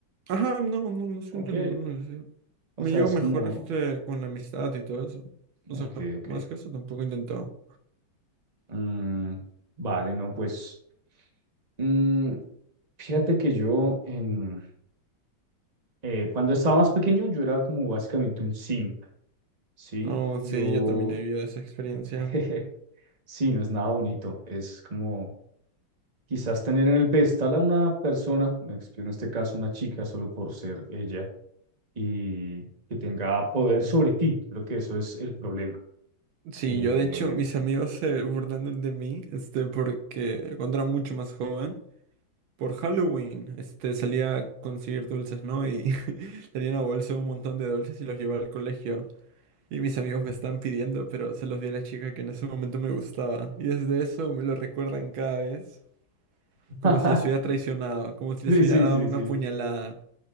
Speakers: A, on the right; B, on the right.
A: Ajá, no, no, no siento
B: Ok,
A: ninguna necesidad.
B: o
A: Me
B: sea,
A: llevo
B: es
A: mejor
B: como,
A: este con la amistad y todo eso. O
B: ok,
A: sea,
B: ok.
A: más que eso tampoco he intentado.
B: Mm, vale, no, pues, mm, fíjate que yo, en, eh, cuando estaba más pequeño, yo era como básicamente un simp, ¿sí?
A: Oh,
B: Yo,
A: sí, yo también he vivido esa experiencia.
B: <laughs> sí, no es nada bonito, es como Quizás tener en el pedestal a una persona, en ex- en este caso una chica, solo por ser ella, y que tenga poder sobre ti. Creo que eso es el problema.
A: Sí,
B: Eh,
A: yo de hecho mis amigos se burlaron de mí, este, porque cuando era mucho más joven, por Halloween, este, salía a conseguir dulces, ¿no? Y <laughs> tenía una bolsa un montón de dulces y los llevaba al colegio. Y mis amigos me estaban pidiendo, pero se los di a la chica que en ese momento me gustaba. Y desde eso me lo recuerdan cada vez,
B: <laughs>
A: como si les hubiera traicionado, como si
B: Sí,
A: les hubiera
B: sí,
A: dado
B: sí,
A: una
B: sí.
A: puñalada.